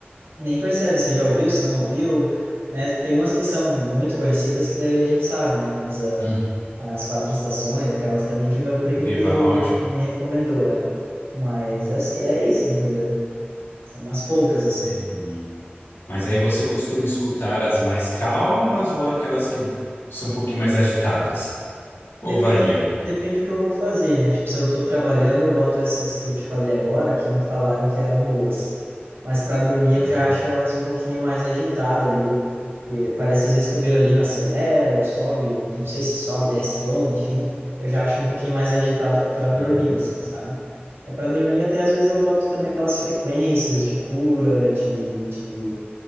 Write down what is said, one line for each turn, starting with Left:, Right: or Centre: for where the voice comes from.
Right: nem percebe se já ouviu, se não ouviu, né? Tem umas que são muito conhecidas que daí a gente sabe, né? Mas ah,
Left: Hum.
Right: as quatro estações, aquelas também que o meu primo
Left: do Vivaldi.
Right: que me recomendou, é. Mas assim, é isso, entendeu? São umas poucas assim.
Left: Entendi. Mas aí você costuma escutar as mais calmas ou aquelas que são um pouquinho mais agitadas? Ou
Right: Depende,
Left: varia?
Right: depende do que eu vou fazer, né? Tipo, se eu tô trabalhando, eu boto essas que eu te falei agora, que me falaram que eram boas. Mas para dormir,
Left: Uhum,
Right: eu já acho elas um pouquinho mais agitadas ali. que parece às vezes que o violino acelera ou sobe, não sei se sobe, desce tom, enfim. Eu já acho um pouquinho mais agitada para dormir,
Left: uhum.
Right: assim, sabe? É para dormir, até às vezes eu boto também aquelas frequências de cura, de, de